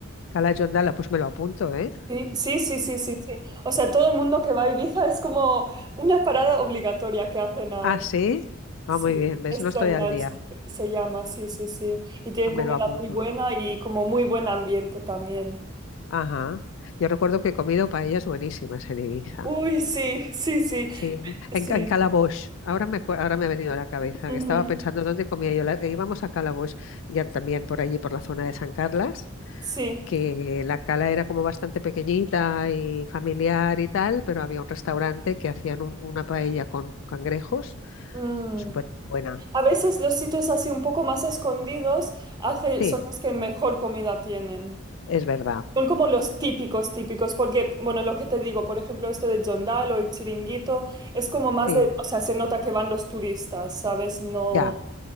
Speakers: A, on the left; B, on the right.
A: Cala Jondala, pues me lo apunto, ¿eh?
B: Sí, sí, sí, sí, sí, sí. O sea, todo el mundo que va a Ibiza es como una parada obligatoria que hacen ahora.
A: Ah, sí. Ah,
B: Sí,
A: muy bien, ¿ves?
B: es
A: No estoy
B: Dangal,
A: al día.
B: se se llama, sí, sí, sí. Y tienen comida
A: Me lo apunto.
B: muy buena y como muy buen ambiente también.
A: Ajá. Yo recuerdo que he comido paellas buenísimas en Ibiza.
B: Uy, sí, sí, sí,
A: Sí,
B: sí.
A: en, en Calabosch. Ahora me, acue- ahora me ha venido a la cabeza
B: ujú,
A: que estaba pensando dónde comía yo. la- e íbamos a Calabosch, ya también por allí, por la zona de San Carlas,
B: sí.
A: que la cala era como bastante pequeñita y familiar y tal, pero había un restaurante que hacían un- una paella con cangrejos,
B: mm.
A: súper buena.
B: A veces los sitios así un poco más escondidos hace,
A: Sí,
B: son los que mejor comida tienen.
A: es verdad.
B: Son como los típicos, típicos, porque, bueno, lo que te digo, por ejemplo, esto de Jondal o el Chiringuito, es como más
A: Sí,
B: de, o sea, se nota que van los turistas, ¿sabes? No.
A: ya,